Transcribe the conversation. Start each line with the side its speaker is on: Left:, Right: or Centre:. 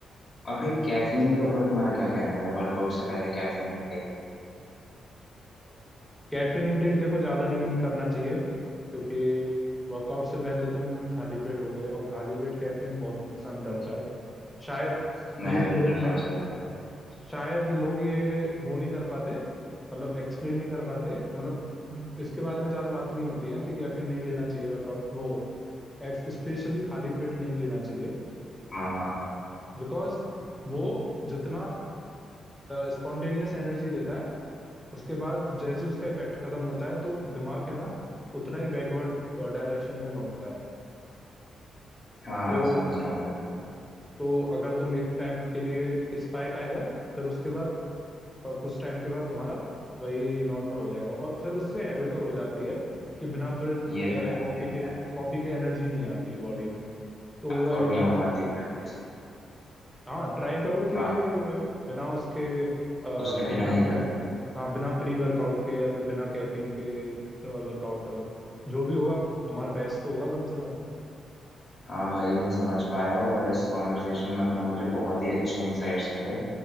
Left: और भाई कैफीन के ऊपर तुम्हारा क्या कहना है वर्कआउट से पहले कैफीन इनटेक
Centre: कैफीन इंटेक देखो ज्यादा नहीं करना चाहिए क्योंकि वर्कआउट से पहले तुम खाली पेट हो गए और खाली पेट कैफीन बहुत नुकसान करता है शायद
Left: मैं
Centre: ये
Left: एग्री
Centre: लोग
Left: करता
Centre: नहीं
Left: हूँ इस पे पूरा
Centre: शायद लोग ये वो नहीं कर पाते मतलब एक्सप्लेन नहीं कर पाते मतलब इसके बारे में ज्यादा बात नहीं होती है कि कैफीन नहीं लेना चाहिए वर्कआउट वो स्पेशली खाली पेट नहीं लेना चाहिए
Left: हाँ हाँ
Centre: बिकॉज वो जितना स्पॉन्टेनियस एनर्जी देता है उसके बाद जैसे ही उसका इफेक्ट खत्म होता है तो दिमाग है ना उतना ही बैकवर्ड डायरेक्शन में लौटता है
Left: हाँ
Centre: तो
Left: समझ रहा हूँ मैं
Centre: तो अगर तुम एक टाइम के लिए स्पाइक आएगा फिर उसके बाद अ, कुछ टाइम के बाद तुम्हारा वही नॉर्मल हो जाएगा और फिर उससे हैबिट और हो जाती है कि बिना फिर
Left: ये तो है
Centre: कॉफी
Left: ये तो
Centre: के
Left: है
Centre: कॉफी के एनर्जी नहीं आती बॉडी में तो
Left: वर्कआउट
Centre: वो वाली बात
Left: नहीं हो पाती
Centre: है
Left: प्रैक्टिस
Centre: हाँ ट्राई करो कि
Left: हाँ
Centre: बिना उसके अ,
Left: उसके बिना
Centre: बिना प्री
Left: ही करो
Centre: हाँ बिना प्री वर्कआउट के या फिर बिना कैफीन के वर्कआउट करो जो भी होगा तुम्हारा बेस्ट तो होगा कम से कम
Left: हाँ भाई मैं समझ पाया और इस कॉन्वर्सेशन में मतलब मुझे बहुत ही अच्छे इंसाइट्स मिले